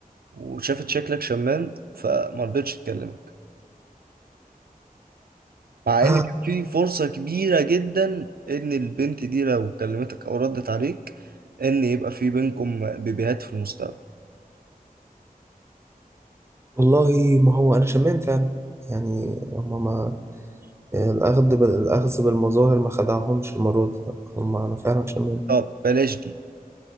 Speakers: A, on the right; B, on the right.
A: وشافت شكلك شمام فما رضتش تكلمك مع
B: <sighs>
A: ان كان في فرصة كبيرة جدا ان البنت دي لو كلمتك او ردت عليك ان يبقى في بينكم بيبيهات في المستقبل
B: والله ما هو انا شمام فعلا يعني هما ما الاخذ بال... الاخذ بالمظاهر ما خدعهمش المره دي لأ، هما انا فعلا شمام
A: طب بلاش دي